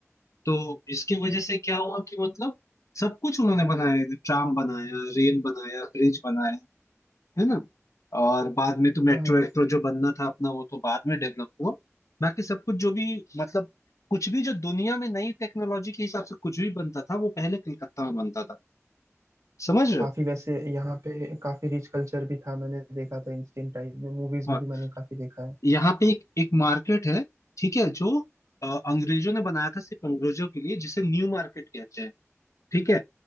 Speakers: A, on the left; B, on the right.
A: तो इसकी वजह से क्या हुआ कि मतलब सब कुछ उन्होंने बनाया ट्राम बनाया रेल बनाया ब्रिज बनाया है ना और बाद में तो मेट्रो
B: हाँ हाँ
A: वेट्रो जो बनना था अपना वो तो बाद में डेवलप हुआ बाकी सब कुछ जो भी मतलब कुछ भी जो दुनिया में नई टेक्नोलॉजी के हिसाब से कुछ भी बनता था वो पहले कलकत्ता में बनता था समझ रहे
B: काफी वैसे यहाँ पे काफी रिच कल्चर भी था मैंने देखा था एंशियंट टाइम में मूवीज
A: हो
B: में
A: और
B: भी मैंने काफी देखा है
A: यहाँ पे एक एक मार्केट है ठीक है जो अ, अंग्रेजों ने बनाया था सिर्फ अंग्रेजों के लिए जिसे न्यू मार्केट कहते हैं ठीक है